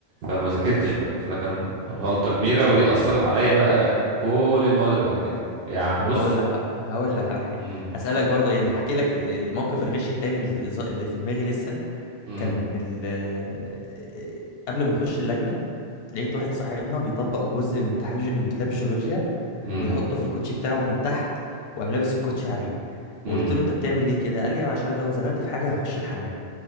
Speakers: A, on the right; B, on the left.
A: فما ذاكرتش بقى فده كان غلطة كبيرة ودي أثرت عليا بقى كل المواد اللي بعد كده يعني
B: طب
A: بص
B: هقول لك هقول لك على حاجه
A: امم
B: هسالك برضو يعني هحكي لك آه، موقف الغش التاني اللي في اللي في دماغي لسه
A: امم
B: كان ال... آه، قبل ما نخش اللجنه لقيت واحد صاحبنا بيطبق جزء من امتحان ج- من كتاب الجيولوجيا
A: امم
B: ويحطه في الكوتشي بتاعه من تحت وقام لابس الكوتشي عليه
A: امم
B: وقلت له انت بتعمل ليه كده قال لي عشان لو اتزنقت في حاجه هخش الحمام